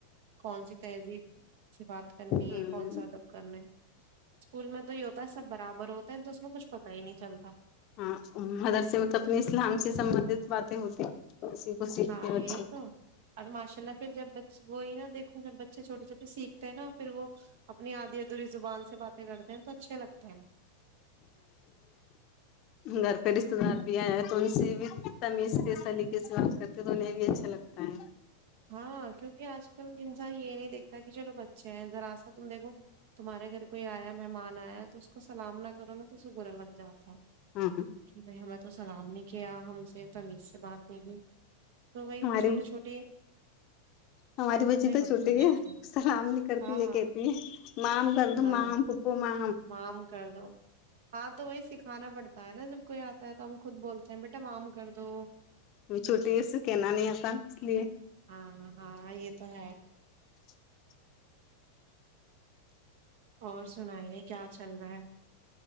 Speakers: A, on the right; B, on the left.
A: کون سی تہذیب سے بات کرنی
B: ہوں
A: ہے کون سا ادب کرنا ہے اسکول میں تو یہ ہوتا ہے سب برابر ہوتا اسس میں کچ پتا ہی نہیں چلتا
B: ہاں مدرس ملب اپنے اسلام سے سبندت باتیں ہوتی <inaudible> سیکھتے
A: ہاں
B: بچے
A: یہی تو اور ماشاء اللہ پھر جب بچے وہی نا دیکھو جب بچے چھوٹے چھوٹے سیکھتے ہیں نا پھر وہ اپنی آدھی ادھی زبان سے باتیں کرتے ہیں تو اچھے لگتے ہیں
B: گھر پریست رہ تو ان سے بھی تمیز کے سلیقے سے بات کرتے تو انہیں بھی اچھا لگتا ہے
A: ہاں کیونکہ آج کل انسان یہ نہیں دیکھتا کہ چلو بچے ہیں ذرا سا تم دیکھو تمہارے گھر کوئی آیا مہمان آیا تو اس کو سلام نہ کرو نا تو اسے برا لگ جاتا ہے
B: ہاں
A: بھائی ہم <inaudible> تو سلام نے کیا ہم سے تمیز سے بات نہیں ت <inaudible> تو وہی
B: ہمارے
A: چھوٹی چھوٹی <inaudible>
B: ہماری بچی تو
A: پڑتے
B: چھوٹی
A: ہیں بچوں
B: ہے
A: کو
B: سرام نہیں کرتی
A: ہاں
B: یہ کہتی ہے ماںم کر د
A: ہاں
B: ماں پپو ماں
A: معام کر دو ہاں تو وہی سکھانا پڑتا ہے نا جب کوئی آتا ہے تو خود بولتے ہیں بیٹا معام کر دو
B: ہ چھٹی سے کہنا نہیں آتا اس لیے
A: ہاں ہاں یہ تو ہے
B: <inaudible>
A: اور سنائیے کیا چل رہا ہے